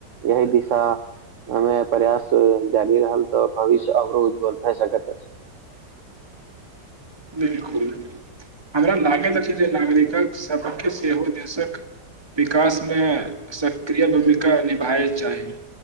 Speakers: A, on the right; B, on the right.
A: यह दिशा अमे प्रयास जारी रहल तऽ भविष्य अरो उज्जवल भए सकैत हंँ
B: बिल्कुल हमरा लागैत अछि जे नागरिकक सभके सेहो देशक विकासमे सक्रिय भूमिका निभाय चाही